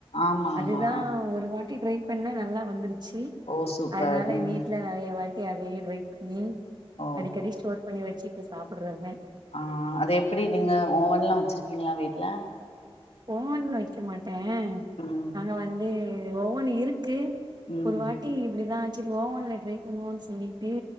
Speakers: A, on the left (about 80°); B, on the right (about 45°).
A: ஆமா
B: அதுதான்
A: ஆமா
B: ஒரு வா ட்ரை பண்ண நல்லா வந்துடுச்சு
A: ஓ சூப்பர்
B: அதனால
A: ம்
B: வீட்டுல நிறைய வா அதே ட்ரை பண்ணி
A: ஓ
B: அடிக்கடி ஸ்டோர் பண்ணி வச்சு ப்ப சாப்பிடறது தான்
A: ஆஹ் அது எப்படி இதுங்க ஓவன் எல்லாம் வச்சிருக்கீங்களா வீட்டு்ல
B: ஒவன் ல வைக்கமாட் ஏன்
A: ம்
B: அங்க வந்து ஒவனு இரு க்கு
A: ம்
B: ஒரு வாட்டி இப்படிதான் சரி ஒவன்ல ட்ரை பண்ணுவோன்னு சொல்லி